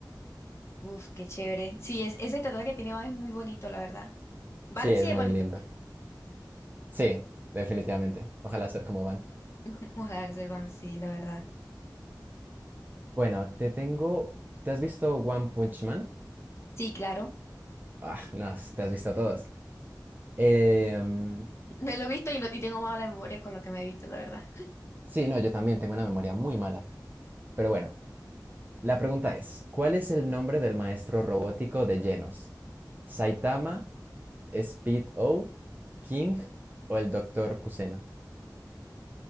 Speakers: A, on the left; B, on the right.
A: Uf, qué chévere. Sí, es, ese tatuaje que tiene Van es muy bonito, la verdad. Van
B: Sí, es
A: sí es
B: muy
A: bonito.
B: lindo. Sí, definitivamente. Ojalá ser como van.
A: <laughs> Ojalá el Van, sí, la verdad.
B: Bueno, te tengo. ¿Te has visto One Punch Man?
A: Sí, claro.
B: Ah, no, te has visto todos. Em,
A: <laughs> Me lo he visto y, no, y tengo mala memoria con lo que me he visto, la verdad.
B: sí, no, yo también tengo una memoria muy mala. Pero bueno, la pregunta es: ¿Cuál es el nombre del maestro robótico de Genos? ¿Saitama, Speed O, King o el Doctor Kuseno?